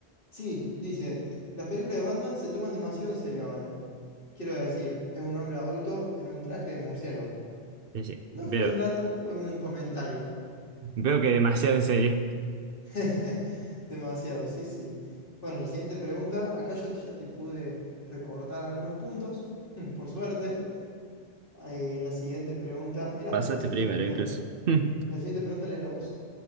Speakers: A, on the left; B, on the right.
A: Sí, dice, las películas de Batman se toman demasiado en serio ahora. Quiero decir, es un hombre adulto en un traje de murciélago.
B: Sí, sí,
A: No
B: veo,
A: fue un dato, fue un comentario.
B: veo que demasiado en serio.
A: <laughs> Demasiado, sí, sí. Bueno, la siguiente pregunta. Acá yo ya te pude recortar algunos puntos, <laughs> por suerte. Ahí, la siguiente pregunta. Mirá,
B: Pasaste
A: pasé
B: primero,
A: hasta el primero.
B: incluso. <laughs>
A: La siguiente pregunta lee la voz.